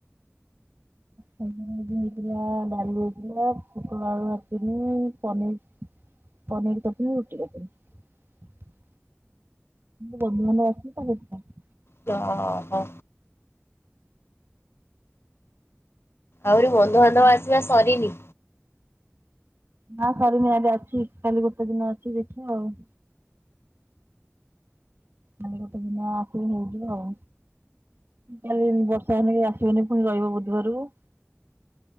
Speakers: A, on the right; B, on the left.
A: ହୁଁ। <unintelligible> ହେଇଥିଲା ଡାଲି ହେଇଥିଲା, ପୁଟଳ ଆଳୁ ଭାଜିଥିଲି, ପନିର ପନିର୍ କରିଥିଲି, ରୁଟି କରିଥିଲି। ବନ୍ଧୁବାନ୍ଧବ ଆସିଥିଲେ ତ ସେଥିପାଇଁ।
B: ହ ହୋ। ଆହୁରି ବନ୍ଧୁବାନ୍ଧବ
A: ସେଥିପାଇଁ।
B: ଆସିବା ସରିନି।
A: ନାଁ ସରିନି ଆଉ ଅଛି କାଲି ଗୋଟେ ଦିନ ଅଛି ଦେଖିବା ଆଉ। କାଲି ଗୋଟେ ଦିନ ଆସିବ ହେଇଯିବ ଆଉ। କାଲି ବର୍ଷା ହେ ଆସିବନି ପୁଣି ରହିବ ବୁଧବାରକୁ।